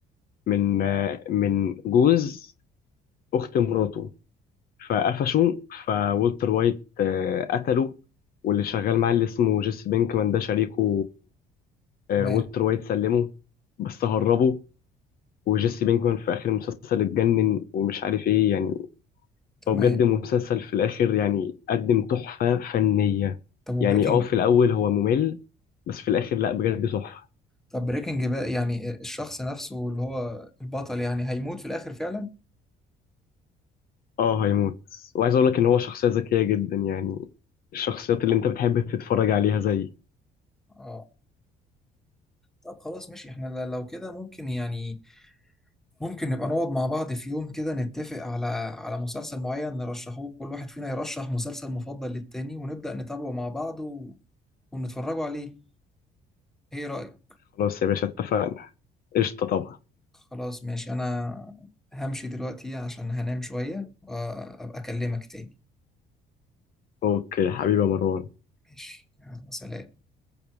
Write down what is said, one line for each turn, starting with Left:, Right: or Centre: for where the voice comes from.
Left: من آه، من جوز أخت مراته فقفشوا فولتر وايت آه، قتله واللي شغال معاه اللي اسمه جيسي بينكمان ده شريكه آه،
Centre: تمام
Left: والتر وايت سلمه بس هربه وجيسي بينكمان في آخر المسلسل اتجنن ومش عارف ايه يعني
Centre: تمام
Left: هو بجد مسلسل في الآخر يعني قدم تحفة فنية
Centre: طب وبريكنج
Left: يعني اه في الأول هو ممل بس في الآخر لا بجد تحفة
Centre: طب بريكنج باد يعني الشخص نفسه اللي هو البطل يعني هيموت في الاخر فعلا
Left: اه هيموت وعايز اقول لك ان هو شخصية ذكية جدا يعني الشخصيات اللي انت بتحب تتفرج عليها زي
Centre: اه طب خلاص ماشي احنا لو كده ممكن يعني ممكن نبقى نقعد مع بعض في يوم كده نتفق على على مسلسل معين نرشحوه كل واحد فينا يرشح مسلسل مفضل للتاني ونبدأ نتابعه مع بعض و... ونتفرجوا عليه ايه رأيك
Left: خلاص يا باشا اتفقنا قشطة طبعا
Centre: خلاص ماشي انا همشي دلوقتي عشان هنام شوية وابقى اكلمك تاني
Left: اوكي حبيبي يا مروان
Centre: ماشي يلا سلام